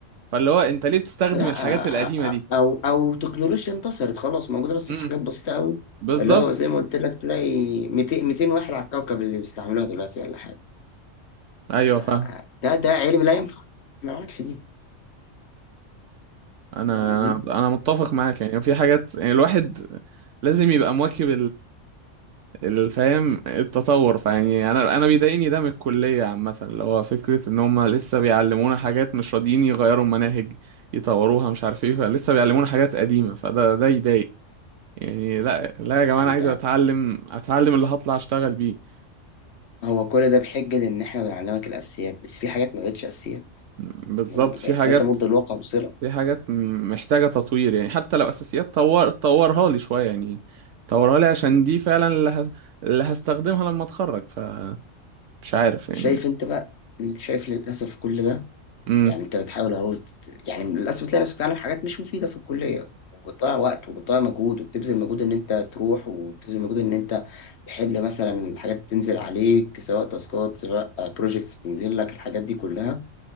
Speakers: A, on the right; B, on the left.
A: فاللي هو انت ليه بتستخدم
B: لا
A: الحاجات القديمه
B: أ-
A: دي
B: أ- او او تكنولوجيا انتصرت خلاص موجوده بس
A: امم
B: في حاجات بسيطه قوي
A: بالظبط
B: اللي هو زي ما قلت لك تلاقي 200 200 واحد على الكوكب اللي بيستعملوها دلوقتي ولا حاجه
A: ايوه
B: ف-
A: فاهم
B: ده ده علم لا ينفع ما معاك في دي
A: انا
B: فاهم قصدي؟
A: انا انا متفق معاك يعني في حاجات يعني الواحد لازم يبقى مواكب الفهم التطور فيعني انا انا بيضايقني ده من الكليه عامه اللي هو فكره ان هم لسه بيعلمونا حاجات مش راضيين يغيروا مناهج يطوروها مش عارف ايه فلسه بيعلمونا حاجات قديمه فده ده يضايق يعني لا لا يا جماعه
B: عن
A: انا عايز اتعلم اتعلم اللي هطلع اشتغل بيه
B: هو كل ده بحجة إن إحنا بنعلمك الأساسيات بس في حاجات ما بقتش أساسيات
A: م- بالظبط
B: ما بقت
A: في حاجات
B: لا تمد الواقع بصلة
A: في حاجات م- محتاجه تطوير يعني حتى لو اساسيات طور طورها لي شويه يعني طورها لي عشان دي فعلا اللي, هس... اللي هستخدمها لما اتخرج فمش عارف يعني
B: شايف أنت بقى شايف للأسف كل ده
A: امم.
B: يعني أنت بتحاول أهو ت- يعني للأسف تلاقي نفسك بتتعلم حاجات مش مفيدة في الكلية وبتضيع وقت وبتضيع مجهود وبتبذل مجهود إن أنت تروح وبتبذل مجهود إن أنت تحل مثلا الحاجات بتنزل عليك سواء تاسكات سواء بروجيكتس بتنزل لك الحاجات دي كلها